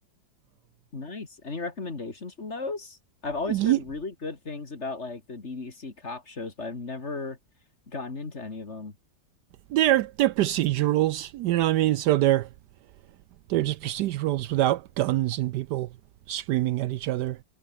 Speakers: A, on the left (about 35°); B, on the right (about 75°).
A: Nice. Any recommendations from those? I've always
B: Ye-
A: heard really good things about like the BBC cop shows, but I've never gotten into any of them.
B: they're they're procedurals, you know what I mean? So they're they're just procedurals without guns and people screaming at each other.